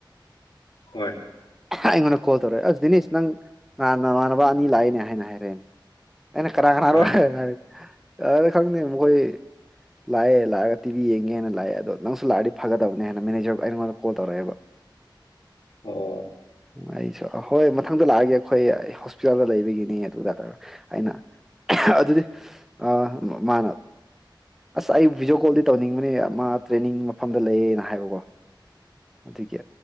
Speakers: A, on the left (about 75°); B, in the centre.
A: ꯍꯣꯏ
B: ꯑꯩꯉꯣꯟꯗ ꯀꯣꯜ ꯇꯧꯔꯛꯑꯦ ꯑꯁ ꯗꯤꯅꯤꯁ ꯅꯪ ꯅꯍꯥꯟ ꯅꯃꯥꯟꯅꯕ ꯑꯅꯤ ꯂꯥꯛꯏꯅꯦ ꯍꯥꯏꯅ ꯍꯥꯏꯔꯛꯑꯦꯅꯦ ꯑꯩꯅ ꯀꯥꯅꯒꯅꯣ
A: ꯍꯣꯏ
B: ꯍꯥꯢꯔꯛꯑꯣ ꯍꯥꯢ ꯑ ꯈꯪꯗꯦ ꯃꯈꯣꯏ ꯂꯥꯛꯑꯦ ꯂꯥꯛꯑꯒ ꯇꯤꯚꯤ ꯌꯦꯡꯒꯦꯅ ꯂꯥꯛꯑꯦ ꯑꯗꯣ ꯅꯪꯁꯨ ꯂꯥꯛꯔꯒꯗꯤ ꯐꯒꯗꯕꯅꯦ ꯍꯥꯢꯅ ꯃꯦꯅꯦꯖꯔꯕꯨ ꯑꯩꯉꯣꯟꯗ ꯀꯣꯜ ꯇꯧꯔꯛ ꯑꯦꯕ
A: ꯑꯣ
B: ꯑꯩꯁꯨ ꯍꯣꯏ ꯃꯊꯪꯗ ꯂꯥꯛꯑꯒꯦ ꯑꯩꯈꯣꯏ ꯍꯣꯁꯄꯤꯇꯥꯜꯗ ꯂꯩꯕꯒꯤꯅꯤ ꯑꯗꯨ ꯗꯥꯛꯇꯔ ꯑꯩꯅ ꯑꯗꯨꯗꯤ ꯑ ꯃꯥꯅ ꯑꯁ ꯑꯩ ꯚꯤꯗꯤꯑꯣ ꯀꯣꯜꯗꯤ ꯇꯧꯅꯤꯡꯕꯅꯦ ꯃꯥ ꯇ꯭ꯔꯦꯟꯅꯤꯡ ꯃꯐꯝꯗ ꯂꯩꯌꯦꯅ ꯍꯥꯏꯕꯀꯣ ꯑꯗꯨꯒꯤ